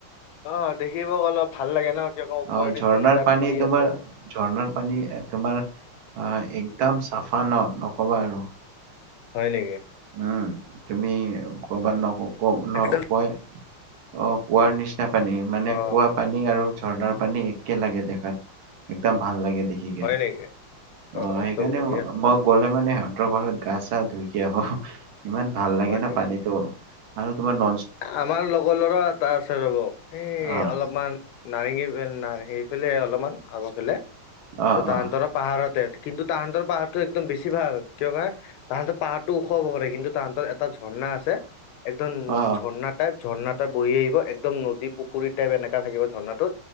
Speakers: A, on the left (about 80°); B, on the right (about 70°).
A: অ', দেখিব অলপ ভাল লাগে ন কি আকৌ ওপৰে
B: অ'
A: দি
B: ঝৰ্ণাৰ
A: ঝৰ্ণা টাইপ
B: পানী
A: পৰি
B: তোমাৰ
A: আছে।
B: ঝৰ্ণাৰ পানী এ তোমাৰ আহ একদম চাফা ন নক'বা আৰু।
A: হয় নেকি।
B: উম তুমি ক'বাত নক অ', ন
A: একদম
B: কুঁৱা, অ', কুঁৱাৰ নিচিনা পানী মানে
A: অ
B: কুঁৱা পানী আৰু ঝৰ্ণাৰ পানী একে লাগে দেখাত, একদম ভাল লাগে দেখি। ঠিকে,
A: হয় নেকি
B: অ সেইকাৰণে
A: ত বঢ়িয়া
B: মই গ'লে মানে সিহঁতৰ ঘৰত গা চা ধুইকে আহো। ইমান ভাল লাগে
A: হয়
B: ন
A: নেকি
B: পানীটো আৰু তোমাৰ ন
A: আমাৰ লগৰ ল'ৰা এটা আছে ৰ'ব, এই
B: অ
A: অলপমান। নাৰেঙগী সেইফেলে অলপমান আগৰফালে
B: অ
A: ত তাহাঁতক
B: অ
A: পাহাৰতে কিন্তু তাহাঁতৰ পাহাৰটো একদম বেছি ভাল কিয় কে তাহাঁতৰ পাহাৰটো ওখ হ'ব পাৰে কিন্তু তাহাঁতৰ এটা ঝৰ্ণা একদম
B: অ
A: ঝৰ্ণা টাইপ, ঝৰ্ণাটা বৈ আহিব একদম নদী, পুখুৰী টাইপ এনেকা থাকিব ঝৰ্ণাতোৰ।